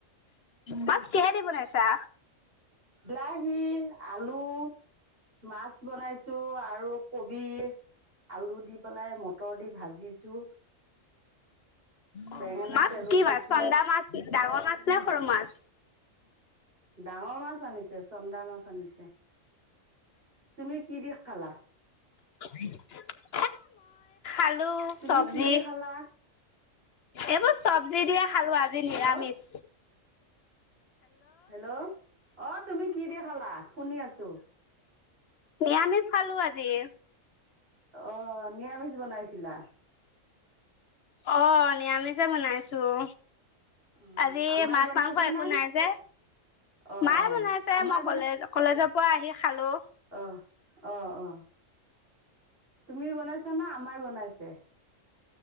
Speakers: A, on the left; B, on the right.
A: মাছ কিহেদি বনাইছা?
B: বিলাহী আলু মাছ বনাইছো আৰু কবি আলু দি পেলাই, মটৰ দি ভাজিছোঁ।
A: অ
B: বেঙেনা
A: মাছ
B: তেলত
A: কি
B: দিছো
A: মাছ চন্দা মাছ ডাঙৰ মাছ নে সৰু মাছ?
B: ডাঙৰ মাছ আনিছে, চন্দা মাছ আনিছে। তুমি কি দি খালা?
A: <inaudible> আলু
B: তুমি
A: চব্জি
B: কি দি খালা?
A: এইবোৰ চব্জি দিয়ে খালো আজি
B: হেল্ল'
A: নিৰামিষ।
B: হেল্ল' অ' তুমি কি দি খালা শুনি আছো।
A: নিৰামিষ খালো আজি।
B: অ' নিৰামিষ বনাইছিলা?
A: অ' নিৰামিষে বনাইছো।
B: অ
A: আজি
B: আমাই
A: মাছ
B: বনাইছে
A: মাংস একো
B: নে
A: নাই যে।
B: অ
A: মায়ে
B: অ
A: বনাইছে
B: আমাই
A: মই কলেজ কলেজৰ পৰা আহি খালো।
B: অহ অ', অ'। তুমি বনাইছা নে আমাই বনাইছে।